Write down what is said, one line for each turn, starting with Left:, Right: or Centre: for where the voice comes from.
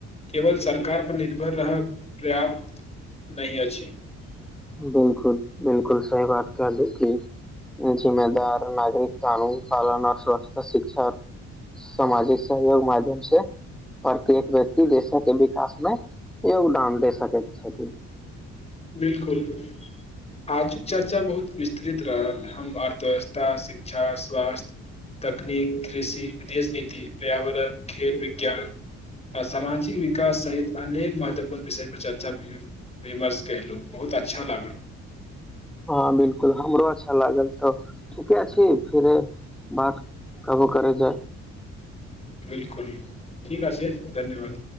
Left: केवल सरकारपर निर्भर रहब पर्याप्त नहि अछि
Centre: बिल्कुल बिल्कुल सही बात कर ल की जिम्मेदार नागरिक कानून पालन सुरक्षा शिक्षा सामाजिक सहयोग माध्यम से प्रत्येक व्यक्ति देशक विकास मे योगदान दे सकैत छथिन
Left: बिल्कुल आजुक चर्चा बहुत विस्तृत रहल हम अर्थव्यवस्था शिक्षा स्वास्थ्य तकनीक कृषि विदेश नीति पर्यावरण खेेल विज्ञान आ सामाजिक विकास सहित अनेक महत्वपूर्ण विषय पर चर्चा विमर्श कयलहुँ बहुत अच्छा लागल
Centre: हँ बिल्कुल हमरो अच्छा लागल तऽ त छी फिर बात कबो करै छै
Left: बिल्कुल ठीक अछि धन्यवाद